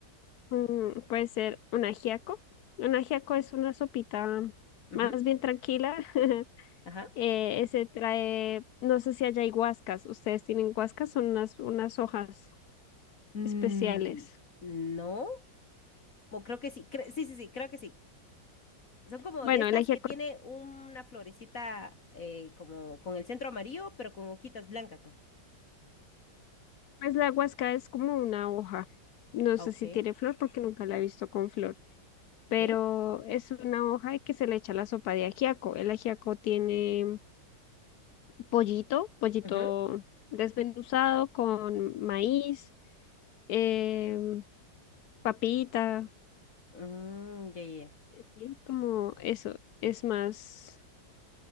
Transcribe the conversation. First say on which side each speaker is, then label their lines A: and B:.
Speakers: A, on the left; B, on the left.
A: Mm, puede ser un ajiaco. Un ajiaco es una sopita
B: Ujú,
A: más bien tranquila. <laughs>
B: Ajá.
A: Eh, ese trae, no sé si haya huascas. Ustedes tienen huascas, son unas, unas hojas
B: Mm,
A: especiales.
B: no, o creo que sí. cre- sí, sí, sí, creo que sí. Son como
A: Bueno,
B: de estas
A: el ajiaco,
B: que tiene una florecita eh, como con el centro amarillo, pero con hojitas blancas. ¿no?
A: pues la huasca es como una hoja. No
B: Ah,
A: sé
B: Ok,
A: si tiene flor porque nunca la he visto con flor. pero
B: ok.
A: es una hoja que se le echa a la sopa de ajiaco. El ajiaco tiene pollito, pollito
B: Ujú.
A: desmenuzado con maíz, eh, papita,
B: Mm, ya, ya, ya.
A: sí, como eso, es más,